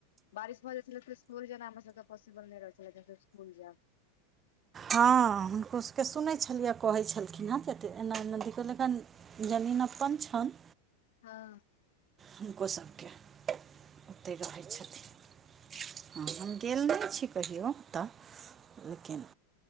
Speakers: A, on the left (about 75°); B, on the right (about 20°).
A: बारिश भ जाइ छला तऽ इस्कुल जेनाय हमरा सब के पौसिबल नै रहै छलै जे हम सब इस्कूल जाएब।
B: हँ हुनकोसबके सुनै छलिया कहै छलखिन हेँ किएत एना एना नदी लेकन। जमीन अपन छन
A: हँ।
B: हुनको सबके ओतहि रहै छथिन। हँ हम गेल नै छी कहियो तऽ लेकिन